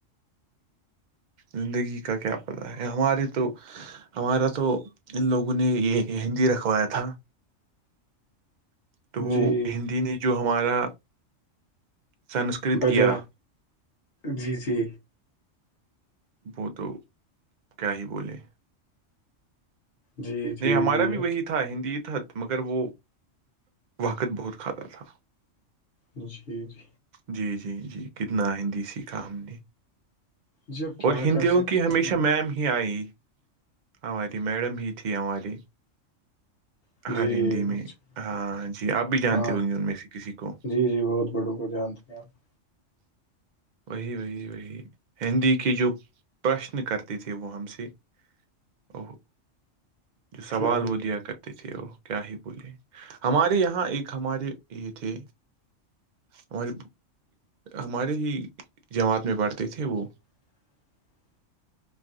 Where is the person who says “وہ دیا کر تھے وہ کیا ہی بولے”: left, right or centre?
Right